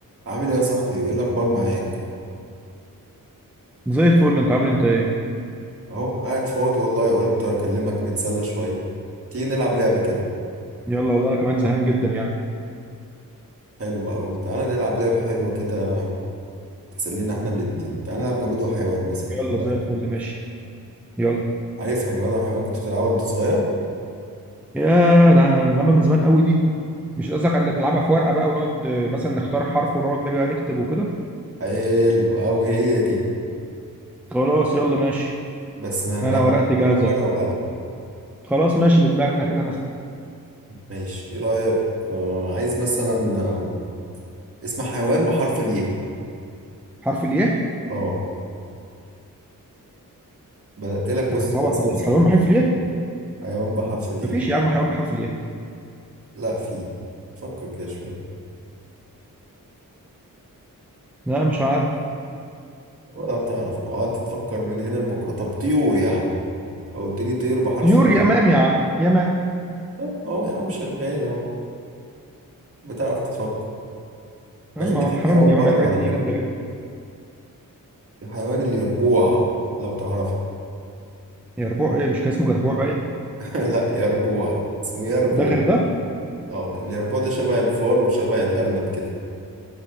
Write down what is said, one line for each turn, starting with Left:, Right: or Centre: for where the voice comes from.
Right: عامل ايه يا صاحبي وايه الاخبار معاك
Centre: زي الفل انت عامل إيه؟ انت ايه
Right: اهو قاعد فاضي والله قلت اكلمك نتسلى شويه تيجي نلعب لعبه كده
Centre: يلا والله انا كمان زهقان جدا يعني
Right: حلوه قوي تعالى نلعب لعبه حلوه كده تسلينا احنا الاتنين تعالى نلعب جماد وحيوان مثلا
Centre: يلا
Right: إيه
Centre: زي
Right: رأيك؟
Centre: الفل ماشي يلا
Right: عارفها جماد وحيوان كنت بتلعبها وانت صغير
Centre: يا ده انا لما من زمان قوي دي مش قصدك على اللي بنلعبها في ورقه بقى ونقعد آه، مثلا نختار حرف ونقعد نجي نكتب وكده
Right: حلو قوي هي دي
Centre: خلاص يلا ماشي
Right: بس هنلعبها
Centre: انا ورقتي
Right: بقى
Centre: جاهزه
Right: من غير ورقه وقلم
Centre: خلاص ماشي بدماغنا كده مثلا
Right: ماشي ايه رايك آه عايز مثلا آه، اسم حيوان بحرف الياء
Centre: حرف الياء
Right: اه بدأت لك
Centre: انت
Right: بص
Centre: بتصعبها
Right: بأصعب
Centre: كده
Right: سؤال
Centre: حيوان بحرف الياء
Right: حيوان بحرف الياء
Centre: مفيش يا عم حيوان بحرف الياء
Right: لا فيه فكر كده شويه
Centre: لا مش عارف
Right: ولا هتعرف لو قعدت تفكر من هنا لبكره طب طيور يا عم لو قلت لي طير بحرف
Centre: طيور
Right: النيل
Centre: يمام يا عم يمام
Right: طب اهو يا عم شغال اهو بتعرف تفكر مع
Centre: اه، ما
Right: ان في
Centre: هو حمام
Right: حيوان
Centre: ويمام
Right: برضه
Centre: الحاجات
Right: على
Centre: دي
Right: فكره
Centre: جامده جدا
Right: الحيوان اليربوع لو تعرفه
Centre: يربوع ايه مش كان اسمه جربوع باين
Right: <laughs> لا يربوع اسمه يربوع
Centre: وده غير ده
Right: اه اليربوع ده شبه الفار وشبه الارنب كده